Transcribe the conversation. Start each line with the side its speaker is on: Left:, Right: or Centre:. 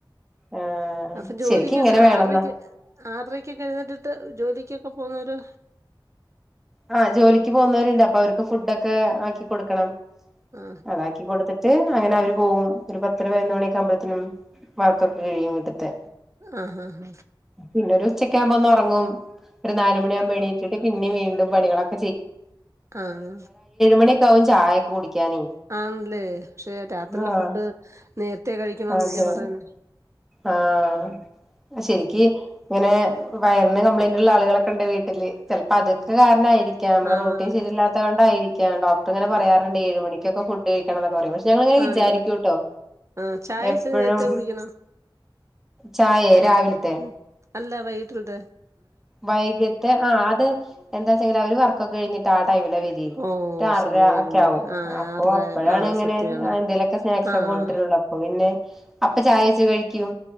Centre: ആഹ്
Right: അപ്പൊ ജോലിക്കൊക്കെ
Centre: ശരിക്കും ഇങ്ങനെ വേണംന്നാ
Right: ആറരക്ക് ആറരക്കൊക്കെ എഴുന്നേറ്റിട്ട് ജോലിക്കൊക്കെ പ്പം പോന്നൊര്
Centre: ആ ജോലിക്ക് പോകുന്നവരുണ്ട് അപ്പൊ അവർക്ക് ഫു ഫുഡൊക്കേ ആക്കി കൊടുക്കണം
Right: ആ ആ
Centre: അതാക്കി കൊടുത്തിട്ട് അങ്ങനെ അവര് പോവും ഒരു പത്തര പതിനൊന്ന് മണിയൊക്കെയാവുമ്പഴത്തിനും വർക്കൊക്കെ കഴിയും വീട്ട് തെ
Right: ആ ആ ആ
Centre: പിന്നൊരു സ് ഉച്ചക്കെയാവുമ്പോ ഒന്നൊറങ്ങും ഒരു നാല് മണിയാവുമ്പൊണീറ്റിട്ട് പിന്നെ വീണ്ടും പണികളൊക്
Right: ആഹ്
Centre: മണിയൊക്കെ ആവും ചായൊക്കെ കുടിക്കാനേ
Right: ആണ്ലേ. പക്ഷെ രാത്രിലെ
Centre: ആഹ്
Right: ഫുഡ് നേരത്തെ കഴിക്കണന്നല്ലേ
Centre: അതെ
Right: പറയുന്നെ
Centre: ആഹ് ശരിക്ക് ഇങ്ങനെ വയർന് കംപ്ലയിന്റ് ള്ള ആളുകളൊക്കെ ഇണ്ട് വീട്ടില്. ചിലപ്പോ അതൊക്കെ കാരണായിരിക്ക ക്ക മ്മ്ടെ
Right: ആഹ്
Centre: റോട്ടീൻ ശരിയല്ലാത്ത കൊണ്ടായിരി‌ <unintelligible> പ്പങ്ങനെ പറയാറ്ണ്ട്
Right: ആഹ്
Centre: ഏഴ് മണിക്കൊക്കെ ഫുഡ് കഴി <unintelligible> ഞങ്ങളിങ്ങനെ
Right: ആഹ്
Centre: വിചാരിക്കൂട്ടോ
Right: ആഹ് ചായ
Centre: എപ്പഴും
Right: ഇച്ചിരി നേരത്തെ കുടിക്കണം
Centre: ചായേ രാവിലത്തെ
Right: ഉം അല്ല വൈകിൽട്ടത്തെ
Centre: വൈകിത്തെ ആഹ് അത് എന്താച്ചെങ്കി അവര് വർക്കൊക്കെ കഴിഞ്ഞിട്ട് ആ ടൈമിലാ വരി
Right: ഓഹ്
Centre: ഒരു ആറരാ
Right: ശരി ഏഴ്
Centre: ഒക്കെ
Right: മണി
Centre: ആകും.
Right: ആഹ്
Centre: അപ്പൊ
Right: ആറര
Centre: അപ്പെഴാണി
Right: ആഹ്
Centre: ങ്ങനെ
Right: സത്യാണ്
Centre: എന്തേലൊക്കെ സ്നാക്സ്
Right: ആഹ്
Centre: ഒക്കെ കൊഡ്രൊള്ളൂ അപ്പൊ പിന്നെ അപ്പൊ ചായ ച് കഴിക്കും